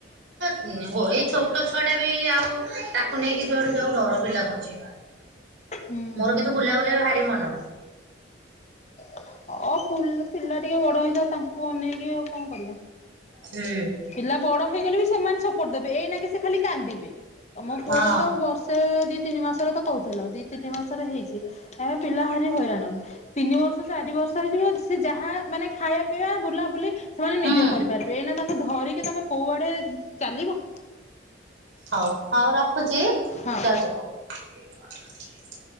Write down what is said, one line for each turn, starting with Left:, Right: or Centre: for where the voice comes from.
Right: ହୁଁ ହୋ ଏଇ ଛୋଟ ଛୁଆ ଟା ବି ଆଉ ତାକୁ ନେଇକି ଯୁଆଡେ ଯାଉ ଡର ବି ଲାଗୁଛି
Left: ହୁଁ
Right: ମୋର
Left: ହୁଁ
Right: କିନ୍ତୁ ବୁଲାବୁଲି ଭାରି ମନ
Left: ଅ ପିଲା ଟିକେ ବଡ ହେଇଥା ତାଙ୍କୁ ଅନେଇକି ଆଉ କଣ କରିବା
Right: ହୁଁ
Left: ପିଲା ବଡ ହେଇଗଲେ ବି ସେମାନେ ସବ କରିଦେବେ ଏଇ ନ କିି ସେ ଖା କାନ୍ଦିବେ ତ ମୋ ପୁଅ
Right: ହଁ
Left: ଟା ତ ବର୍ଷେ ଦି ତିନି ମାସରେ କହୁଥିଲ ଦି ତିନି ମାସରେ ହେଇଛି ଏବେ ପିଲା ହାରି ହଇଲାଣ ତିନି ବର୍ଷ ଚାରି ବର୍ଷ ହେଇଛି ସେ ଯାହା ମାନେ ଖାଇବା ପିଇବା ବୁଲାବୁଲି ସେମାନେ
Right: ହୁଁ
Left: ନିଜେ କରିବେ କାଇ ତାଙ୍କୁ ଧରିକି ତମେ କୋଉଆଡେ ଚାଲିବ
Right: ହଉ ହଉ ରଖୁଛି <unintelligible>
Left: ହଁ।